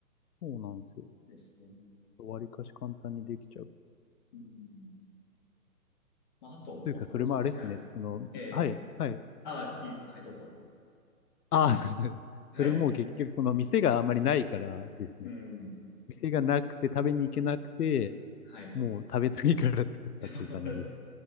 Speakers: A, on the left; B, on the left.
A: そうなんですよ。
B: ですね。
A: 割かし簡単にできちゃう。
B: うん。まあ、あと、
A: というか、
B: 僕好きな、
A: それもあれですね。その、
B: ええ
A: はい、はい。
B: あ、いい。はい、どうぞ。
A: ああ、<laughs> そうです。
B: はい。
A: それも結局、その店があまりないからですね。
B: うん。
A: 店がなくて食べに行けなくて、
B: はい。
A: もう食べたいから作ったっていう感じです。
B: <laughs>